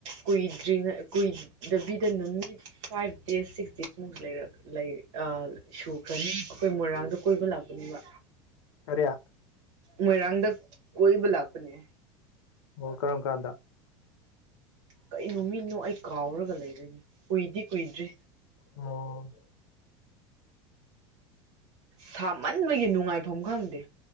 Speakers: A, on the right (about 70°); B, on the left (about 75°).
A: ꯀꯨꯏꯗ꯭ꯔꯤꯉꯩ ꯀꯨꯏꯗꯕꯤꯗ ꯅꯨꯃꯤꯠ ꯐꯥꯏꯚ ꯗꯦꯖ ꯁꯤꯛꯁ ꯗꯦꯖꯃꯨꯛ ꯂꯩ ꯁꯨꯈ꯭ꯔꯅꯤ ꯑꯩꯈꯣꯏ ꯃꯣꯏꯔꯥꯡꯗ ꯀꯣꯏꯕ ꯂꯥꯛꯄꯅꯦꯕ
B: ꯑꯌꯥ
A: ꯃꯣꯏꯔꯥꯡꯗ ꯀꯣꯏ ꯕꯂꯄꯅꯦ
B: ꯑꯣ ꯀ꯭ꯔꯝ ꯀꯥꯟꯗ
A: ꯀꯩꯅꯣ ꯃꯤꯠꯅꯣ ꯑꯩ ꯀꯥꯎꯔꯒ ꯂꯩꯔꯣꯏꯅꯤ ꯀꯨꯏꯗꯤ ꯀꯨꯏꯗ꯭ꯔꯤ
B: ꯑꯣ
A: ꯁꯥꯃꯟꯕꯒꯤ ꯅꯨꯡꯉꯥꯏꯐꯝ ꯈꯪꯗꯦ